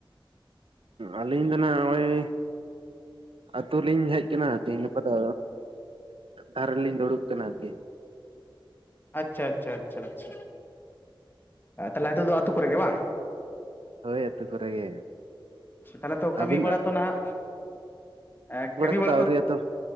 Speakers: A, on the right; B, on the left.
A: ᱟᱹᱞᱤᱧ ᱫᱚ ᱱᱟᱜ ᱱᱚᱜ-ᱚᱭ ᱟᱛᱳ ᱞᱤᱧ ᱦᱮᱡ ᱠᱟᱱᱟ ᱛᱮᱦᱤᱧ ᱜᱟᱯᱟ ᱫᱚ᱾ ᱫᱷᱟᱨ ᱨᱮ ᱞᱤᱧ ᱫᱩᱲᱩᱵ ᱠᱟᱱᱟ ᱟᱨᱠᱤ᱾
B: ᱟᱪᱪᱷᱟ, ᱟᱪᱪᱷᱟ, ᱟᱪᱷᱟ ᱾ ᱛᱟᱦᱞᱮ ᱱᱤᱛᱚᱜ ᱫᱚ ᱟᱹᱛᱩ ᱠᱚᱨᱮᱜ ᱜᱮ ᱵᱟᱝ?
A: ᱦᱳᱭ ᱟᱹᱛᱩ ᱠᱚᱨᱮ ᱜᱮ᱾
B: ᱛᱟᱦᱚᱞᱮ ᱛᱚ ᱠᱟᱹᱢᱤ
A: ᱟᱹᱵᱤᱱᱟᱜ
B: ᱵᱟᱲᱟ ᱛᱚ ᱱᱟᱦᱟᱜ ᱮ ᱠᱟᱹᱢᱤ ᱵᱟᱲᱟ
A: ᱠᱚᱫᱚ
B: ᱛᱚ,
A: ᱟᱹᱣᱨᱤ ᱟᱛᱚ